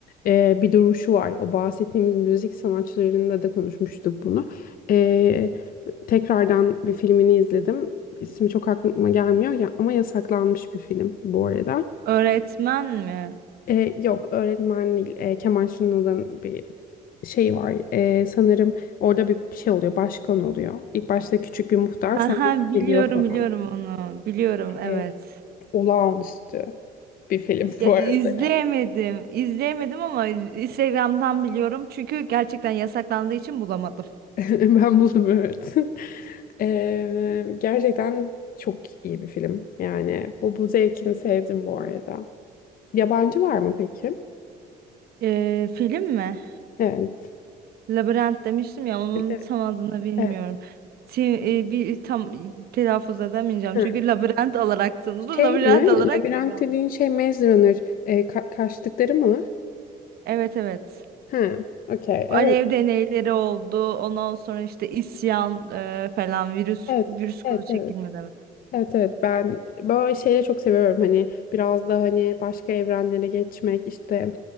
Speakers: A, on the left (about 55°); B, on the right (about 65°).
A: e, bir duruşu var. O bahsettiğimiz müzik sanatçılarında da konuşmuştuk bunu. E, Tekrardan bir filmini izledim. İsmi çok aklıma gelmiyor ya ama yasaklanmış bir film bu arada.
B: Öğretmen mi?
A: Ee, yok öğretmen değil. Ee, Kemal Sunal'ın bir şey var. Ee, sanırım orada bir şey oluyor. Başkan oluyor. İlk başta küçük bir muhtar
B: Ha
A: sonra
B: ha
A: yükseliyor
B: biliyorum
A: falan.
B: biliyorum onu. Biliyorum evet.
A: Ee, olağanüstü bir film
B: Ya
A: bu
B: izleyemedim.
A: arada yani.
B: İzleyemedim ama Instagram'dan biliyorum. Çünkü gerçekten yasaklandığı için bulamadım.
A: <laughs> Ben buldum evet. <laughs> Ee, gerçekten çok iyi bir film. Yani bu bu zevkini sevdim bu arada. Yabancı var mı peki?
B: Ee, film mi?
A: Evet.
B: Labirent demiştim ya onun
A: Evet.
B: tam adını bilmiyorum.
A: evet.
B: Ti- e, bir tam telaffuz edemeyeceğim.
A: Ha,
B: Çünkü labirent <laughs> olarak tanınır.
A: şey
B: Labirent
A: mi?
B: olarak
A: Labirent
B: devam.
A: dediğin şey Maze Runner. E, ka- kaçtıkları mı?
B: Evet evet.
A: Ha, okey.
B: Alev
A: Evet.
B: deneyleri oldu. Ondan sonra işte isyan e, falan virüs
A: Evet.
B: virüs kuru
A: Evet,
B: çekilmedi
A: evet.
B: evet.
A: Evet, evet. Ben böyle şeyleri çok seviyorum. Hani biraz da hani başka evrenlere geçmek işte